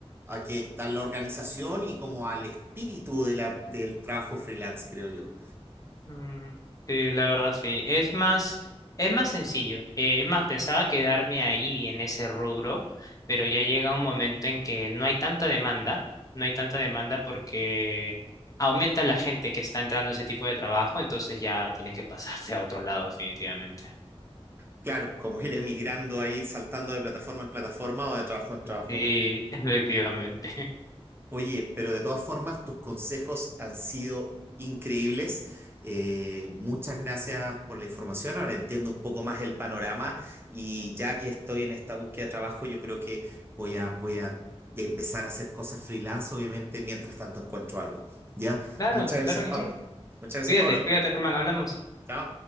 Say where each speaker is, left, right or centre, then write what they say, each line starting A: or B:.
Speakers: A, on the right; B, on the left.
A: a que a la organización y como al espíritu de la, del trabajo freelance, creo yo.
B: Mm, sí, la verdad sí. Es más, es más sencillo. Eh, es más, pensaba quedarme ahí en ese rubro, pero ya llega un momento en que no hay tanta demanda, no hay tanta demanda porque aumenta la gente que está entrando a ese tipo de trabajo, entonces ya tienes que <laughs> pasarte a otro lado definitivamente.
A: Claro, como ir emigrando ahí, saltando de plataforma en plataforma o de trabajo en trabajo.
B: Sí, <laughs> efectivamente.
A: Oye, pero de todas formas, tus consejos han sido increíbles. Eh, muchas gracias por la información. Ahora entiendo un poco más el panorama y ya que estoy en esta búsqueda de trabajo, yo creo que voy a, voy a de empezar a hacer cosas freelance, obviamente, mientras tanto encuentro algo. ¿Ya?
B: Claro,
A: Muchas gracias,
B: claro que
A: Pablo.
B: sí.
A: Muchas gracias,
B: Cuídate,
A: Pablo.
B: cuídate, Germán, hablamos.
A: Chao.